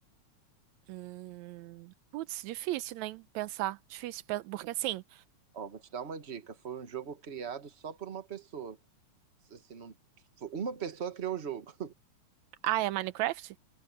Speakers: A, on the right; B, on the right.
A: Hum, putz, difícil, né? Pensar. Difícil. pe- Porque assim,
B: Ó, vou te dar uma dica, foi um jogo criado só por uma pessoa, assim, não, uma pessoa criou o jogo.
A: Ah, é Minecraft?